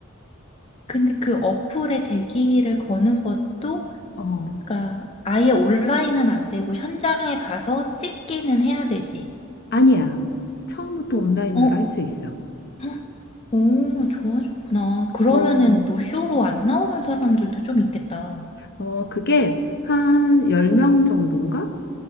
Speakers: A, on the left; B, on the left.
A: 근데 그 어플에 대기를 거는 것도,
B: 어,
A: 그러니까 아예 온라인은 안 되고 현장에 가서 찍기는 해야 되지.
B: 아니야. 처음부터 온라인으로
A: 어,
B: 할 수 있어.
A: 헉, 오, 좋아졌구나. 그러면은
B: 어,
A: 노쇼로 안 나오는 사람들도 좀 있겠다.
B: 어, 그게 한 10명 정도인가?